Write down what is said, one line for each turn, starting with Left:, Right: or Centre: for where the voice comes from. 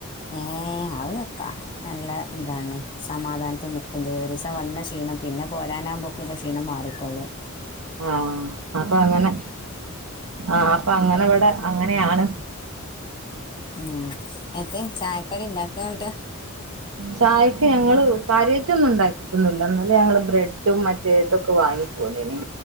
Left: ഉം അത് നിക്കാ നല്ല ഇതാണ് സമാധാനത്തിൽ നിക്കും ചെയ്യാം ഒരീസം വന്ന ക്ഷീണം പിന്നെ പോരാനാകുമ്പോക്കെ ഇള്ള ക്ഷീണം മാറിക്കോളൂം
Right: ആ അപ്പൊ അങ്ങനെ ആപ് അങ്ങനെ ഇവിടെ അങ്ങനെയാണ്
Left: ഉം ത്തെ ചായക്കടി ഇണ്ടാക്കിന്ന് പറഞ്ഞിട്ട്
Right: ചായക്ക് ഞങ്ങള് കാരൃറ്റൊന്നും ഉണ്ടാക്കിയിട്ടൊന്നുമില്ല എന്നാല് ഞങ്ങള് ബ്രെഡും മറ്റേതൊക്കെ വാങ്ങി പോന്നു